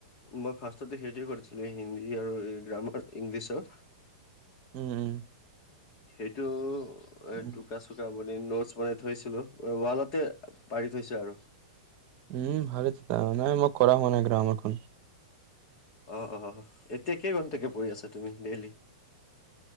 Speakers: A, on the left; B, on the right.
A: মই ফাৰ্ষ্টতে সেইটোৱে কৰিছিলো হিন্দী আৰু এই গ্ৰামাৰ ইংলিছৰ
B: উম উম
A: সেইটো এ
B: আহ,
A: টোক চোক ব নোটছ বনাই থৈছিলো ৱালতে পাৰি থৈছো আৰু
B: উম ভালে তো ত নাই মই কৰা ম ন গ্ৰাম এখন
A: অ অ এতিয়া কেই ঘণ্টাকে পৰি আছা তুমি ডেইলি